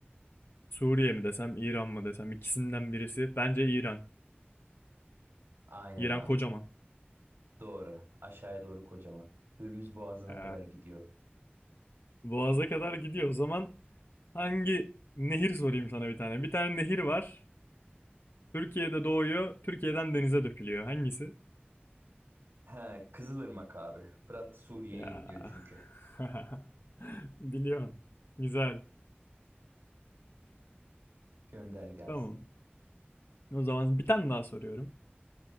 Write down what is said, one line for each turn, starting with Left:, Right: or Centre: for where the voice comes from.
Left: Suriye mi desem İran mı desem ikisinden birisi. Bence İran.
Right: Aynen
Left: İran
Right: abi.
Left: kocaman.
Right: Doğru. Aşağıya doğru kocaman. Hürmüz Boğazı'na
Left: Ee,
Right: kadar gidiyor.
Left: Boğaz'a kadar gidiyor. O zaman hangi nehir sorayım sana bir tane. Bir tane nehir var. Türkiye'de doğuyor, Türkiye'den denize dökülüyor. Hangisi?
Right: He, Kızılırmak abi. Fırat Suriye'ye
Left: Ya.
Right: gidiyor çünkü.
Left: <laughs> Biliyorsun. Güzel.
Right: Gönder gelsin.
Left: Tamam. O zaman bir tane daha soruyorum.